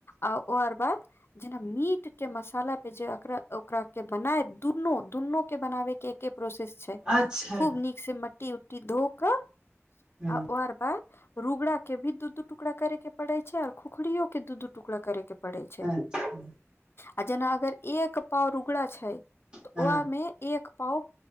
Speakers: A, on the left; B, on the right.
A: आ ओकर बाद जेना मीट के मसाला पे जे एकरा ओकरा के बनाय दुनू दुनू के बनावे के एके प्रोसेस छै
B: अच्छा
A: खूब नीक से मट्टी उट्टी धो कऽ
B: हँ
A: आ ओर बाद रुगड़ा के भी दू दू टुकड़ा करे के पड़े छै और खुखड़ियो केू दु दू टुकडा कर के पड़ै छै
B: अच्छा
A: आ जेना अगर एक पाव रुगड़ा छै तऽ
B: हँ
A: ओहमे एक पाउच